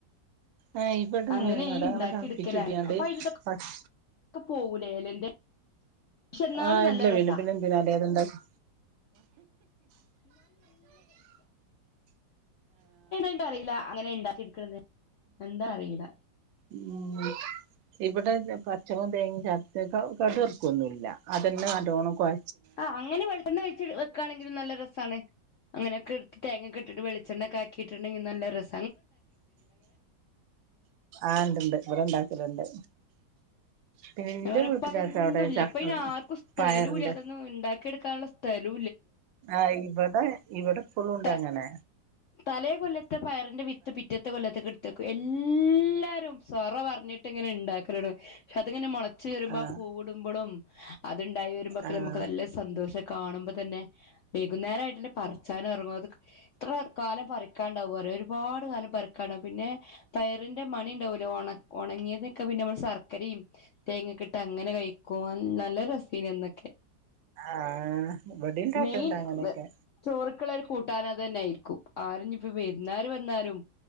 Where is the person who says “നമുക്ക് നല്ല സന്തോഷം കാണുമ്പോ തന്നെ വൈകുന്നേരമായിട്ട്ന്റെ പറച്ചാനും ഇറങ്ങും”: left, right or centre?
Left